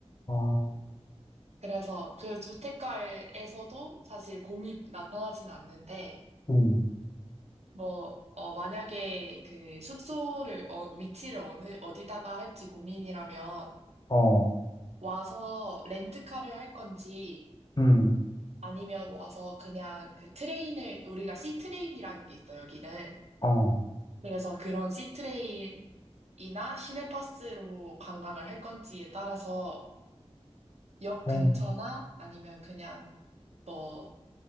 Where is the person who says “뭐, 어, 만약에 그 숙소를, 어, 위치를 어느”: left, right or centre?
Right